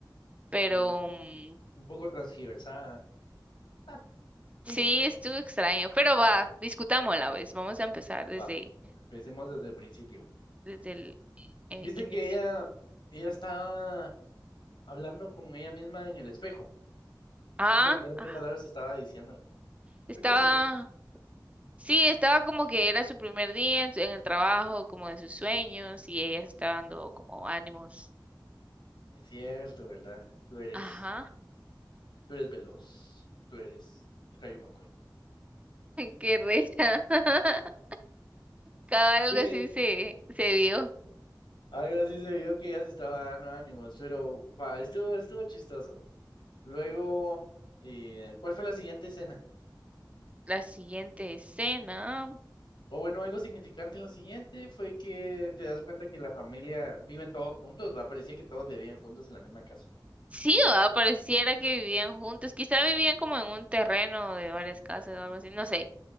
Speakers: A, on the right; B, on the left.
A: Pero
B: Mm,
A: mm,
B: un poco transgiversada. <laughs> Sí.
A: sí, estuvo extraño. Pero va,
B: No,
A: discutámosla, ¿ves? Vamos a empezar desde,
B: va, empecemos desde el principio.
A: desde el eh,
B: Viste
A: inicio.
B: que ella, ella está hablando con ella misma en el espejo.
A: Ah,
B: No me recuerdo
A: ah,
B: qué palabras estaba diciendo.
A: estaba,
B: Creo que siempre.
A: sí, estaba como que era su primer día en, su- en el trabajo, como de sus sueños,
B: Es
A: y ella se estaba dando
B: cierto,
A: como ánimos.
B: es cierto, ¿verdad? Tú eres,
A: Ajá.
B: tú eres veloz. Tú eres Rayo McQueen.
A: <laughs> Qué risa. <laughs> Cabal,
B: Sí,
A: algo así se, se vio.
B: algo así se vio que ya se estaba dando ánimos, pero pa, estuvo, estuvo chistoso. Luego, eh, ¿cuál fue la siguiente escena?
A: La siguiente escena.
B: O bueno, algo significante en lo siguiente fue que te das cuenta que la familia viven todos juntos, va, parecía que todos vivían juntos en la misma casa.
A: Sí, ¿verdad? Pareciera que vivían juntos. Quizá vivían como en un terreno de varias casas o algo así, no sé.